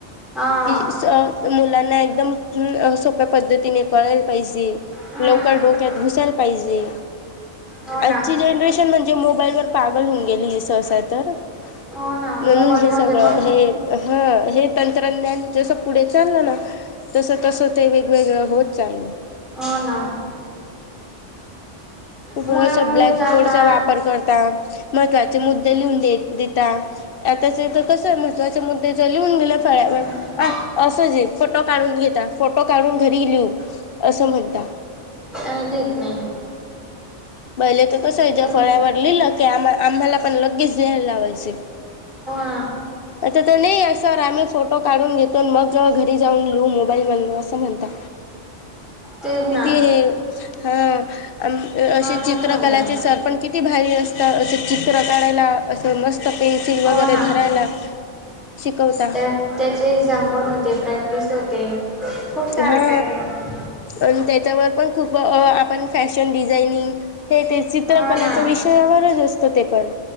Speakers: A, in the centre; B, on the left.
A: हा
B: की स मुला एकदम सोप्या पद्धतीने कळायला पाहिजे.
A: हम्म
B: लवकर डोक्यात घुसायला पाहिजे.
A: हो
B: आजची
A: ना
B: जनरेशन म्हणजे मोबाईल वर पागल होऊन गेली सहसा तर.
A: हो ना.
B: म्हणून
A: मोबाईलमध्ये
B: हे सगळं
A: पण
B: हे ह हे तंत्रज्ञान जस पुढे चाललं ना. तस, तसं ते वेगवेगळं होत चालल हूं.
A: हो ना
B: खूप
A: मुलं
B: अस
A: मुली
B: ब्लॅकबोर्ड
A: जातात
B: चा वापर करता, महत्त्वाचे मुद्दे लिहून देत देता, आताच तर कस महत्वाचे मुद्दे जर लिहून दिेले फळ्यावर
A: हम्म
B: आ असंच ये फोटो काढून घेता, फोटो काढून घरी लिहू, असं म्हणता.
A: अ लिहीत नाही.
B: पहिले तर कसं आहे, ज्या
A: लिह-
B: फळ्यावर लिहिलं की आम्हा आम्हाला पण लगेच लिहायला लावायचे.
A: हा!
B: आता त नही अ सर आम्ही फोटो काढून घेतो, मग घरी जाऊन लिहू मोबाईल मधन असं म्हणता.
A: तेच
B: <unintelligible> किती
A: ना
B: हे हा
A: नॉर्मल
B: अस चित्रकलाचे
A: झालं
B: सर पण कि, किती भारी असतात, असं चित्र काढायला असं मस्त पेन्सिल
A: हो
B: वगैरे
A: ना
B: धरायला, शिकवता
A: त्या त्याचे एक्झाम पण होते प्रॅक्टिस होते. खूप सारे
B: हा
A: काही आहे
B: आणि त्याच्यावर पण खूप आपण फॅशन डिझाइनिंग, हे ते चित्रकलाच्या
A: हा ना
B: विषयावरच असतं ते पण.